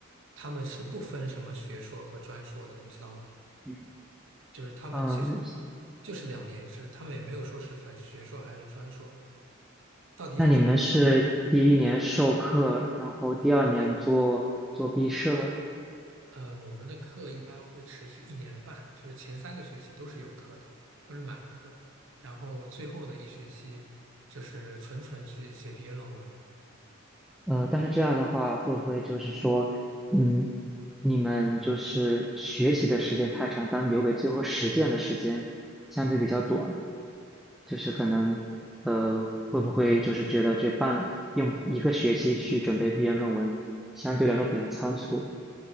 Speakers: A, on the right; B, in the centre.
A: 他们是不分什么学硕和专硕的，你知道吗？
B: 嗯。
A: 就是他们其实
B: 嗯，
A: 就是两年制，他们也没有说是分学硕还是专硕，到底要怎么走？
B: 那你们是第一年授课，然后第二年做做毕设，
A: 呃，我们的课一般会持续一年半，就是前三个学期都是有课的，都是满课，然后最后的一学期就是纯纯去写毕业论文。
B: 呃，但是这样的话，会不会就是说，嗯，你们就是学习的时间太长，但留给最后实践的时间相对比较短？就是可能呃会不会就是觉得这半用一个学期去准备毕业论文，相对来说比较仓促。